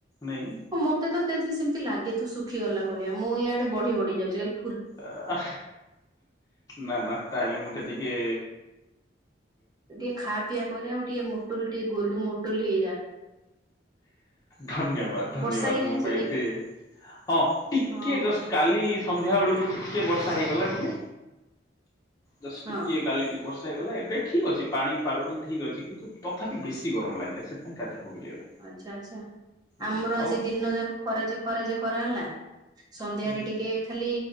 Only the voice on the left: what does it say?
ନାଇଁ।
ଅ, ନା ନା ତାହେଲେ ମୋତେ ଟିକେ
ଧନ୍ୟବାଦ୍ ଧନ୍ୟବାଦ୍
ମୋ
ପାଇଁ ଏତେ, ହଁ ଟିକିଏ
ଜଷ୍ଟ୍ କାଲି ସନ୍ଧ୍ୟା ବେଳୁକୁ ଟିକେ ବର୍ଷା ହେଇଗଲା ଟିକେ। ଜଷ୍ଟ୍
ଟିକିଏ କାଲି ଟିକେ ବର୍ଷା ହେଇଗଲା, ଏବେ ଠିକ୍ ଅଛି ପାଣି ପାଗ ଟିକେ ଠିକ୍ ଅଛି। କିନ୍ତୁ ତଥାପି ବେଶୀ ଗରମ ଲାଗିଲା ସେଥିପାଇଁ ଗାଧେଇ ପକେଇଲି ଏବେ।
ଉଁ,
ଆଉ
ତୁ
ହୁଁ